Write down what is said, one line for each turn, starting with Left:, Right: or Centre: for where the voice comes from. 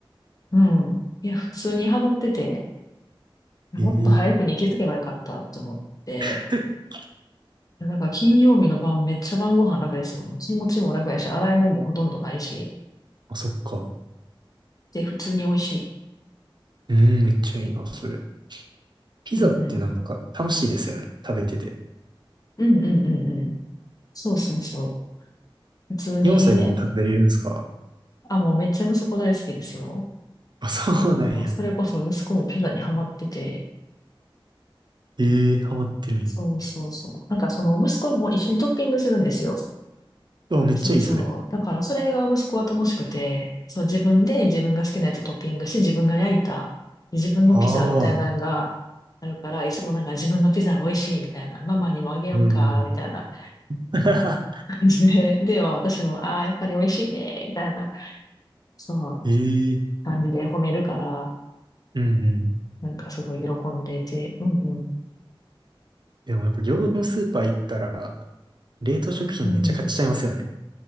Left: うん。いや、普通にハマってて、もっと早くに気づけばよかったと思って、
Right: ええ <laughs>
Left: いやだから金曜日の晩めっちゃ晩ご飯楽ですよ。もう気持ちも楽やし、洗い物もほとんどないし、
Right: あ、そっか。
Left: で、普通に美味しい。
Right: うん、めっちゃいいな、それ。ピザってなんか楽しいですよね。
Left: うんうん。
Right: 食べてて。
Left: うんうんうんうん。そうそうそう。普通にね、
Right: 4歳でも食べれるんですか
Left: あ、もうめっちゃ息子大好きですよ。
Right: あ、そうなんや。
Left: もうそれこそ息子もピザにハマってて、
Right: ええハマってるんや。
Left: そうそうそう。なんかその息子も一緒にトッピングするんですよ。
Right: あ、めっちゃいい、
Left: そうそう。
Right: それ。
Left: だからそれが息子は楽しくて、そう自分で自分が好きなやつをトッピングして自分が焼いた自分のピザみたいなのがあるから、
Right: ああ、
Left: いつもなんか自分のピザが美味しいみたいな、ママにもあげようか、
Right: うんうん。
Left: みたいな
Right: <laughs>
Left: 感じで、で、まあ私も、ああ、やっぱり美味しいね、みたいな、そう、
Right: ええー、
Left: 感じで褒めるから、
Right: うんうん。
Left: なんかすごい喜んでて、うんうん、
Right: でもやっぱ業務スーパー行ったら、冷凍食品めっちゃ買っちゃいますよね。
Left: うんうん、